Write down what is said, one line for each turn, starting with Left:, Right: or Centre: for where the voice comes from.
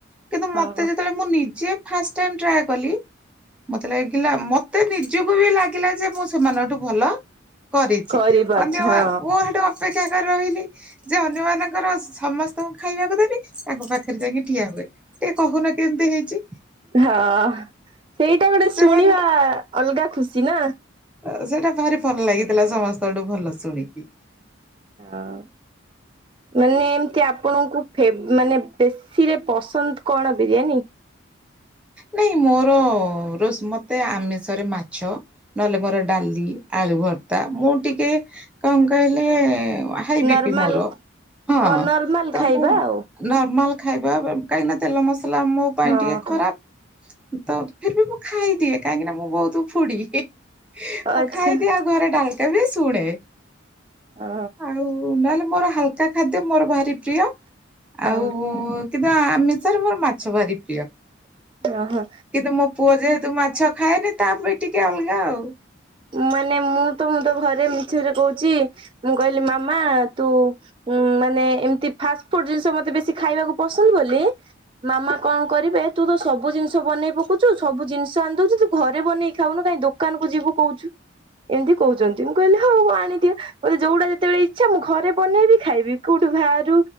Centre: କିନ୍ତୁ
Right: ହଁ
Centre: ମତେ ଯେତେଳେ ମୁଁ ନିଜେ ଫାଷ୍ଟ୍ ଟାଇମ୍ ଟ୍ରାଏ କଲି ମତେ ଲାଗିଲା ମତେ ନିଜୁକୁ ବି ଲାଗିଲା ଯେ ମୁଁ ସେମାନଙ୍କଠୁ ଭଲ କରିଚି
Right: କରିପାରୁଛି
Centre: ଅନ୍ୟ
Right: ହଁ
Centre: ମୁଁ ହେଟୁ ଅପେକ୍ଷା କରି ରହିଲି ଯେ ଅନ୍ୟମାନଙ୍କର ସମସ୍ତଙ୍କୁ ଖାଇବାକୁ ଦେବି ତାଙ୍କ ପାଖରେ ଯାଇକି ଠିଆ ହୁଏ ଟିକେ କହୁନ କେମତି ହେଇଚି।
Right: ହଁ ସେଇଟା ଗୋଟେ
Centre: ସେମାନେ
Right: ଶୁଣିବା ଅଲଗା ଖୁସି, ନାଁ?
Centre: ଅ ସେଇଟା ଭାରି ଭଲ ଲାଗିଥିଲା ସମସ୍ତଠୁ ଭଲ ଶୁଣିକି।
Right: ଆଉ ମାନେ ଏମତି ଆପଣଙ୍କୁ ଫେବ୍ ମାନେ ବେଶ୍ ସିରେ ପସନ୍ଦ କଣ ବିରିୟାନୀ?
Centre: ନାଇଁ, ମୋର ରୋଷ୍ ମତେ ଆମିଷରେ ମାଛ। ନହେଲେ ମୋର ଡାଲି, ଆଳୁ ଭର୍ତା, ମୁଁ ଟିକେ କଁ କହିଲେ ଆ ହାଇ ବି
Right: ନର୍ମାଲ
Centre: ପି ମୋର, ହଁ
Right: ଅ ନର୍ମାଲ
Centre: ତ
Right: ଖାଇବା
Centre: ମୁଁ
Right: ଆଉ
Centre: ନର୍ମାଲ ଖାଇବା ବ କାହିଁକି ନା ତେଲ ମସଲା ମୋ ପାଇଁ
Right: ହଁ।
Centre: ଟିକେ ଖରାପ। ତ ଫିର୍ ବି ମୁଁ ଖାଇଦିଏ, କାହିଁକି ନା ମୁଁ ବହୁତ ଫୁଡି଼
Right: ଆଚ୍ଛା
Centre: ମୁଁ ଖାଇଦିଏ ଆଉ ଘରେ ଡାଲକା ବି ଶୁଣେ,
Right: ଅ
Centre: ଆଉ ନହେଲେ ମୋର ହାଲକା ଖାଦ୍ୟ ମୋର ଭାରି ପ୍ରିୟ। ଆଉ
Right: ଅ
Centre: କିନ୍ତୁ ଆମିଷରେ ମୋର ମାଛ ଭାରି ପ୍ରିୟ।
Right: ଅହ।
Centre: କିନ୍ତୁ ମୋ ପୁଅ ଯେହେତୁ ମାଛ ଖାଏନି ତା ପାଇଁ ଟିକେ ଅଲଗା ଆଉ।
Right: ମାନେ ମୁଁ ତ, ମୁଁ ତ ଘରେ ମିଛରେ କୋହୁଚି ମୁଁ କହିଲି ମାମା ତୁ ଉଁ ମାନେ ଏମତି ଫାଷ୍ଟ ଫୁଡ଼୍ ଜିନିଷ ମତେ ବେଶି ଖାଇବାକୁ ପସନ୍ଦ ବୋଲି ମାମା କଁ କରିବେ, ତୁ ତ ସବୁ ଜିନିଷ ବନେଇ ପକଉଚୁ ସବୁ ଜିନିଷ ଆଣିଦୋଉଚୁ, ତୁ ଘରେ ବନେଇ ଖାଉନୁ କାଇଁ ଦୋ କାନକୁ ଯିବୁ କୋହୁଚୁ ଏମତି କୋହୁଚନ୍ତି ମୁଁ କହିଲି ହଉ ଆଣିଦିଅ। ମତେ ଯୋଉଟା ଯେତେବେଳେ ଇଚ୍ଛା, ମୁଁ ଘରେ ବନେଇବି ଖାଇବି, କୋଉଠୁ ଭାରୁ